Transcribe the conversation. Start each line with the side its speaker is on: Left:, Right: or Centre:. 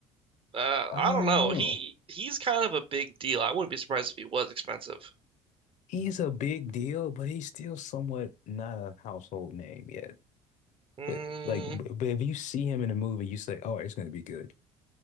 Right: Uh,
Left: I
Right: I
Left: don't
Right: don't know.
Left: know.
Right: He he's kind of a big deal. I wouldn't be surprised if he was expensive.
Left: He's a big deal, but he's still somewhat not a household name yet.
Right: Mm,
Left: But like, b- but if you see him in a movie, you say, "Oh, it's gonna be good."